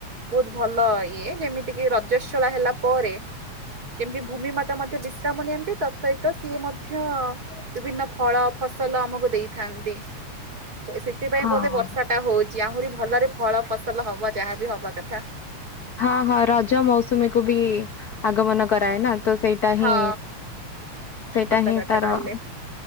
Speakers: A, on the right; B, on the left.
A: ବହୁତ ଭଲ ଇଏ ଯେମିତି କି ରଜସ୍ଳା ହେଲା ପରେ ଯେମିତି ଭୂମି ମ ତା ମଧ୍ୟ ବିଶ୍ରାମ ନିଅନ୍ତି ତା ସହିତ ସିଏ ମଧ୍ୟ ବିଭିନ୍ନ ଫଳ ଫସଲ ଆମକୁ ଦେଇଥାନ୍ତି ସେ ସେଥିପାଇଁ
B: ହଁ
A: ବୋଧେ ବର୍ଷା ଟା ହଉଛି ଆହୁରି ଭଲରେ ଫଳ ଫସଲ ହବ ଯାହାବି ହବ କଥା।
B: ହଁ ହଁ ରଜ ମୌସୁମୀକୁୁ ବି ଆଗମନ କରାଏ ନା ତ ସେଇଟା
A: ହଁ
B: ହିଁ ସେଇଟା
A: ସତ
B: ହିଁ
A: କଥା
B: ତାର
A: କହିଲେ